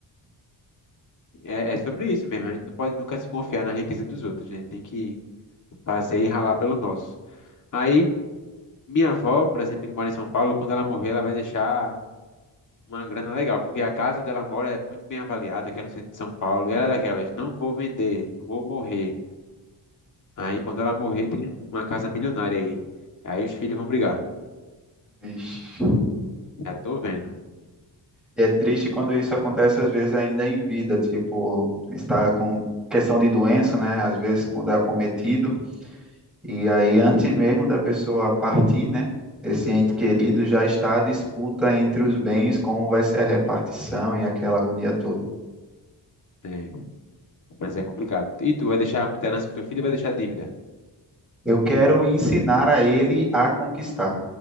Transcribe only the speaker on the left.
É, é sobre isso mesmo. A gente não pode nunca se confiar na riqueza dos outros. né? A gente tem que fazer e ralar pelo nosso. Aí, minha avó, por exemplo, que mora em São Paulo, quando ela morrer, ela vai deixar uma grana legal, porque a casa onde ela mora é muito bem avaliada, que é no centro de São Paulo. E ela é daquelas, não vou vender, vou morrer. Aí quando ela morrer, tem uma casa milionária aí. Aí os filhos vão brigar.
Já tô vendo.
É, mas é complicado. E tu vai deixar muita herança pro teu filho e vai deixar dívida.